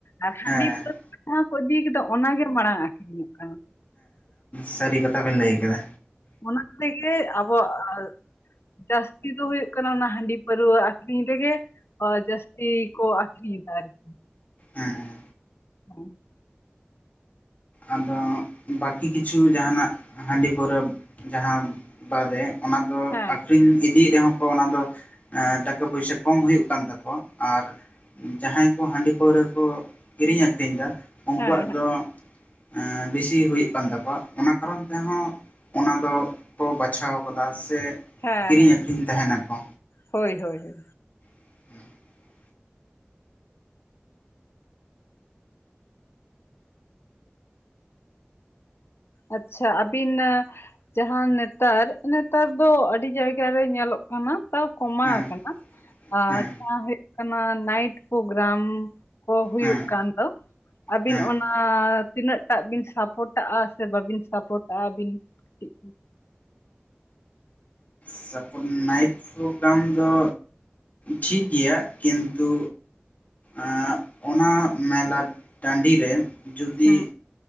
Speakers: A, on the left; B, on the left.
A: ᱟᱨ ᱦᱟᱺᱰᱤ
B: ᱦᱮᱸ
A: ᱯᱟᱹᱣᱨᱟᱹ ᱡᱟᱦᱟᱸ ᱠᱚ ᱤᱫᱤ ᱠᱮᱫᱟ ᱚᱱᱟᱜ ᱜᱮ ᱢᱟᱲᱟᱝ ᱟᱹᱠᱷᱨᱤᱧᱚᱜ ᱠᱟᱱᱟ᱾
B: ᱥᱟᱹᱨᱤ ᱠᱟᱛᱷᱟ ᱵᱮᱱ ᱞᱟᱹᱭ ᱠᱟᱫᱟ᱾
A: ᱚᱱᱟ ᱛᱮᱜᱮ ᱟᱵᱚ ᱟᱨ ᱡᱟᱹᱥᱛᱤ ᱫᱚ ᱦᱩᱭᱩᱜ ᱠᱟᱱᱟ ᱚᱱᱟ ᱦᱟᱺᱰᱤ ᱯᱟᱹᱨᱣᱟᱹ ᱟᱹᱠᱷᱨᱤᱧ ᱨᱮᱜᱮ᱾ ᱚ ᱡᱟᱹᱥᱛᱤ ᱠᱚ ᱟᱹᱠᱷᱨᱤᱧ ᱮᱫᱟ ᱟᱨᱠᱤ᱾
B: ᱦᱮᱸ
A: ᱦᱩᱸ,
B: ᱟᱫᱚ ᱵᱟᱠᱤ ᱠᱤᱪᱷᱩ ᱡᱟᱦᱟᱸᱱᱟᱜ ᱦᱟᱺᱰᱤ ᱯᱟᱹᱣᱨᱟᱹ ᱡᱟᱦᱟᱸ ᱵᱟᱫᱮ ᱚᱱᱟ ᱫᱚ
A: ᱦᱮᱸ
B: ᱟᱹᱠᱷᱨᱤᱧ ᱤᱫᱤ ᱨᱮᱦᱚᱸ ᱚᱱᱟ ᱫᱚ ᱟ ᱴᱟᱠᱟ ᱯᱩᱭᱥᱟᱹ ᱠᱚᱢ ᱦᱩᱭᱩᱜ ᱠᱟᱱ ᱛᱟᱠᱚᱣᱟ ᱟᱨ ᱡᱟᱦᱟᱸᱭ ᱠᱚ ᱦᱟᱺᱰᱤ ᱯᱟᱹᱣᱨᱟᱹ ᱠᱚ ᱠᱤᱨᱤᱧ ᱟᱹᱠᱷᱨᱤᱧ ᱫᱟ ᱩᱱᱠᱩᱣᱟᱜ
A: ᱦᱮᱸ
B: ᱫᱚ ᱮ ᱵᱮᱥᱤ ᱦᱩᱭᱩᱜ ᱠᱟᱱ ᱛᱟᱠᱚᱣᱟ ᱚᱱᱟ ᱠᱟᱨᱚᱱ ᱛᱮᱦᱚᱸ ᱚᱱᱟ ᱫᱚ ᱠᱚ ᱵᱟᱪᱷᱟᱣ ᱠᱟᱫᱟ ᱥᱮ
A: ᱦᱮᱸ
B: ᱠᱤᱨᱤᱧ
A: ᱦᱮᱸ,
B: ᱟᱹᱠᱷᱨᱤᱧ ᱛᱟᱦᱮᱱᱟᱠᱚ
A: ᱦᱳᱭ ᱦᱳᱭ ᱦᱳᱭ᱾
B: <inaudible>
A: ᱟᱪᱪᱷᱟ ᱟᱹᱵᱤᱱ ᱡᱟᱦᱟᱸ ᱱᱮᱛᱟᱨ ᱱᱮᱛᱟᱨ ᱫᱚ ᱟᱹᱰᱤ ᱡᱟᱭᱜᱟ ᱨᱮ ᱧᱮᱞᱚᱜ ᱠᱟᱱᱟ, ᱛᱟᱣ ᱠᱚᱢᱟᱣ
B: ᱦᱮᱸ
A: ᱟᱠᱟᱱᱟ᱾ ᱟᱨ
B: ᱦᱮᱸ
A: ᱡᱟᱦᱟᱸ ᱦᱩᱭᱩᱜ ᱠᱟᱱᱟ ᱱᱟᱭᱤᱴ ᱯᱳᱜᱨᱟᱢ, ᱠᱚ ᱦᱩᱭᱩᱜ
B: ᱦᱮᱸ
A: ᱠᱟᱱ ᱫᱚ᱾ ᱟᱹᱵᱤᱱ
B: ᱦᱮᱸ
A: ᱚᱱᱟ ᱛᱤᱱᱟᱹᱜ ᱴᱟᱜ ᱵᱤᱱ ᱥᱟᱯᱚᱴᱟᱜ-ᱟ? ᱥᱮ ᱵᱟᱵᱤᱱ ᱥᱟᱯᱚᱴᱟᱜ-ᱟ ᱟᱹᱵᱤᱱ ᱴᱤᱡ
B: ᱥᱟᱯᱚᱴ ᱱᱟᱭᱤᱴ ᱯᱨᱳᱜᱨᱟᱢ ᱫᱚ ᱴᱷᱤᱠ ᱜᱮᱭᱟ ᱠᱤᱱᱛᱩ ᱟᱻ ᱚᱱᱟ ᱢᱮᱞᱟ ᱴᱟᱺᱰᱤ ᱨᱮ ᱡᱩᱫᱤ
A: ᱦᱮᱸ